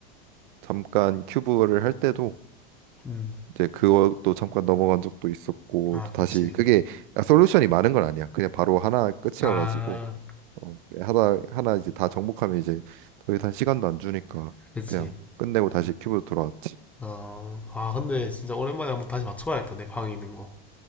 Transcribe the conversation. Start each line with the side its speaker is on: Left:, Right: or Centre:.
Right: 잠깐 큐브를 할 때도
Centre: 음.
Right: 이제 그것도 잠깐 넘어간 적도 있었고
Centre: 아,
Right: 또 다시
Centre: 그치.
Right: 그게 아, 솔루션이 많은 건 아니야. 그냥 바로 하나 끝이어가지고
Centre: 아,
Right: 어, 하나 하나 이제 다 정복하면 이제 더 이상 시간도 안 주니까
Centre: 그치.
Right: 그냥 끝내고 다시 큐브로 돌아왔지.
Centre: 어, 아, 근데 진짜 오랜만에 한번 다시 맞춰봐야겠다. 내 방에 있는 거.